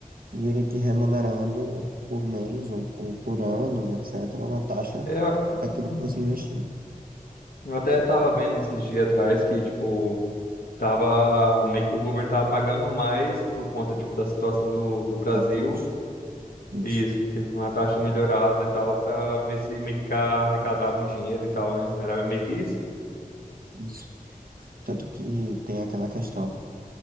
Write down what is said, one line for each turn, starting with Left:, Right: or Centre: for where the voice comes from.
Right: e ele te remunerando por mês ou, ou por ano, etc., uma taxa
Left: É,
Right: daquilo que
Left: eu
Right: você investiu.
Left: <clears throat> eu até tava vendo esses dias atrás que, tipo, Tava meio que o governo tava pagando mais por conta, tipo, da situação do, do Brasil.
Right: A taxa,
Left: E
Right: isso,
Left: Isso, tem uma taxa melhorada e tal, pra ver se meio que arrecadava um dinheiro e tal, né? Era meio que isso.
Right: isso. Tanto que tem aquela questão.